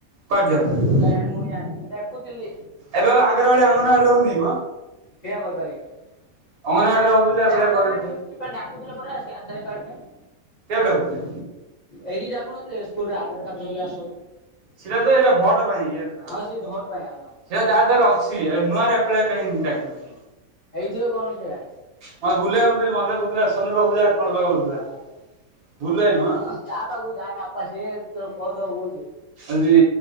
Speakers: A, on the right; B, on the left.
A: କୁଆଡେ ଯିବାକୁ ପଡିବ
B: ଜାଣି ମୁବି ଯାନିନି ମୁଁ ଦେଖୁଥିଲି
A: ଏବେ ଆଉ ଆଗର ଭଳି ଅଙ୍ଗନବାଡିରେ ହଉନି ମ
B: ସେଇଆ କରିପାରିବି।
A: ଅଙ୍ଗନବାଡିରେ
B: ଅଙ୍ଗନାଆଡିରୁ
A: ହଉଥିଲେ ଆପ୍ଲାଏ
B: ଅଙ୍ଗନାଆଡିରୁ
A: କରୁଛେ।
B: କି ପାଇଁ ଡାକୁଥିଲେ ପରା ସେ ଆଧାର କାର୍ଡ ପାଇଁ।
A: କେଆକୁ ଡାକୁୁଥିଲେ?
B: ଏଇଠି ଡାକୁନଥିଲେ ସ୍କୁଲରେ ଆଧାର କାର୍ଡ ଧରିକି ଆସ ବୋଲି
A: ସେଟା ତ ଏଇଟା ଭଟ ପାଇଁ ଇଏଟା
B: ହଁ
A: ସେଟା
B: ସେ ଭୋଟ ପାଇଁ ଆଉ ନା
A: ଯାହା ଦେହରେ ଅଛି ନୂଆରେ କୋଲିଆ ପାଇଁ ଡାକିନଥିଲେ।
B: ଏଇଥିବ କଣ କିଏ ଜାଣିଛି
A: ମ ବୁଲିଆ କରୁଥିଲି ବନ୍ଧରେ କୁହୁଥିଲା ସୋନି ପାଖକୁ ଯା କରିଦବ କହୁଥିଲା। ବୁଲୁ ଭାଇ ମ।
B: ତାପାକୁ ଯାଆନା ଆପ ସେ ତ କରିଦବ କଉଛି।
A: ଆଜି